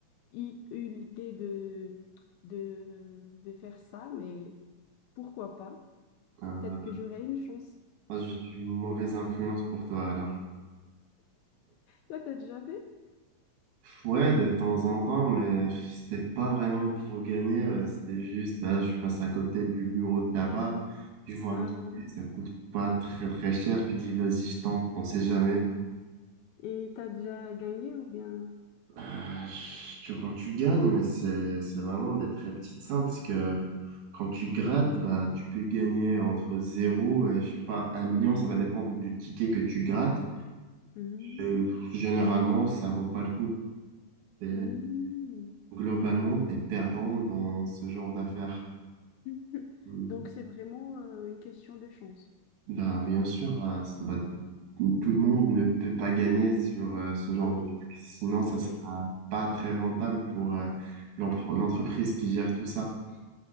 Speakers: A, on the left (about 80°); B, on the right (about 75°).
A: eu eu l'idée de, de, de faire ça, mais pourquoi pas?
B: Euh,
A: Peut-être que j'aurai une chance.
B: moi, je suis une mauvaise influence pour toi, alors.
A: Toi, t'as déjà fait?
B: Ouais, de temps en temps, mais c'était pas vraiment pour gagner, euh, c'était juste, là, je passe à côté du bureau de tabac, je vois un
A: Ah,
B: ticket, ça coûte pas très très cher, tu dis, vas-y, je tente, on sait jamais.
A: et t'as déjà gagné ou bien?
B: Euh, tu- Quand tu gagnes, mais c'est c'est vraiment des très petites sommes parce que quand tu grattes, bah, tu peux gagner entre zéro et je sais pas, un million. Ça va dépendre du ticket que tu grattes.
A: Hmm,
B: Et généralement, ça vaut pas le coup. T'es-
A: hmm.
B: globalement, tu es perdant dans ce genre d'affaires.
A: <laughs>
B: Hmm.
A: Donc, c'est vraiment euh, une question de chance.
B: Bah, bien sûr, euh, c'est- bah, tout le monde ne peut pas gagner sur euh, ce genre
A: Oui,
B: de truc. Sinon, ça
A: oui,
B: sera pas très rentable pour euh, l'empre- l'entreprise qui gère tout ça.